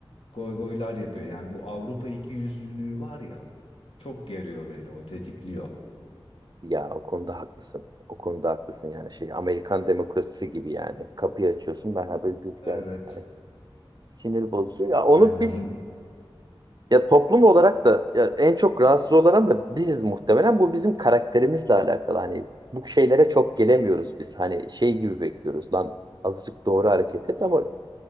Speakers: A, on the left; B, on the right.
A: goygoylar yapıyor. Yani bu Avrupa ikiyüzlülüğü var ya Çok geriyor beni o tetikliyor.
B: Ya o konuda haklısın. O konuda haklısın yani şey Amerikan demokrasisi gibi yani. Kapıyı açıyorsun merhaba biz
A: Evet.
B: geldik. Yani sinir bozucu. Ya onu
A: Aynen.
B: biz ya toplum olarak da ya en çok rahatsız olan da biziz muhtemelen. Bu bizim karakterimizle alakalı. Hani bu şeylere çok gelemiyoruz biz. Hani şey gibi bekliyoruz lan azıcık doğru hareket et ama